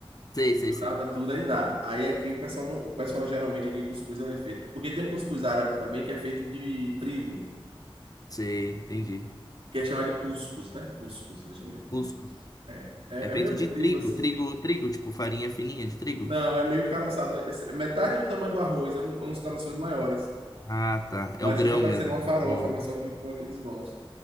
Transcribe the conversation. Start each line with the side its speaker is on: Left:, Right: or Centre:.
Left: Sei,
Right: Misturava
Left: sei, sei.
Right: tudo aí dá. Aí aqui o pessoal não, o pessoal geralmente aqui cuscuz ele é feito, porque tem um cuscuz árabe também que é feito de trigo,
Left: Sei, entendi.
Right: que é chamado de cuscuz, né? Cuscuz, eles chamam de cuscuz.
Left: Cuscuz.
Right: É, é,
Left: É feito
Right: é meio
Left: de
Right: trigo
Left: trigo,
Right: assim.
Left: trigo, trigo, tipo farinha fininha de trigo.
Right: Não, é meio encaroçado. É Metade do tamanho do arroz, é um- é uns carocinhos maiores.
Left: Ah, tá.
Right: Mas
Left: É o grão
Right: fica parecendo
Left: mesmo.
Right: uma
Left: Tipo,
Right: farofa, mas só que com aqueles gomos.